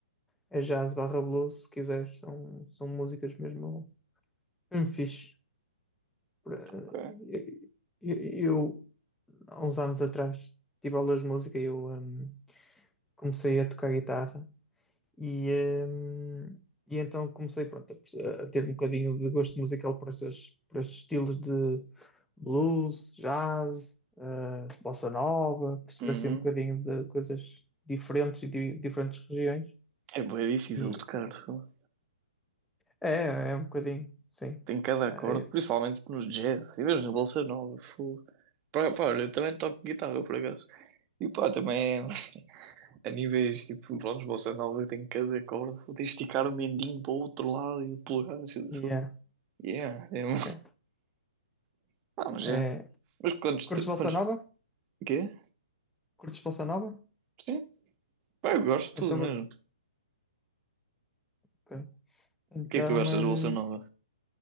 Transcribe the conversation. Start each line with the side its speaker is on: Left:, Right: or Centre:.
Centre: é jazz barra blues, se quiseres, são, são músicas mesmo, mesmo fixe. Por-
Right: Ok.
Centre: eh, Eu, eu, há uns anos atrás, tive aulas de música e eu hum, comecei a tocar guitarra E, hum, e então comecei, pronto, a, a ter um bocadinho de gosto musical por esses, por esses estilos de blues, jazz, eh, bossa nova, perceber
Right: Uhum.
Centre: assim um bocadinho de coisas diferentes e de diferentes regiões.
Right: É bem difícil
Centre: E
Right: tocar. fogo.
Centre: é, é um bocadinho, sim.
Right: Tem cada
Centre: É,
Right: acorde, principalmente no jazz. E mesmo na Bolsa Nova. fogo. Pá, pá, olha, eu também toco guitarra, por acaso. E pá, também <laughs> a níveis, tipo, pronto, Bolsa Nova tem cada acorde. Vou ter que esticar o mendinho para o outro lado e o polegar. assim, assim.
Centre: e é,
Right: Yeah, é um-
Centre: é.
Right: <laughs> Ah, mas
Centre: É,
Right: é. Mas quantos...
Centre: Curtes
Right: tu-
Centre: bossa
Right: quantos...
Centre: nova?
Right: O quê?
Centre: Curtes bossa nova?
Right: Sim? Pá, eu gosto de
Centre: Então,
Right: tudo mesmo.
Centre: ok. Então,
Right: O que é que tu gostas
Centre: hum,
Right: de Bolsa Nova?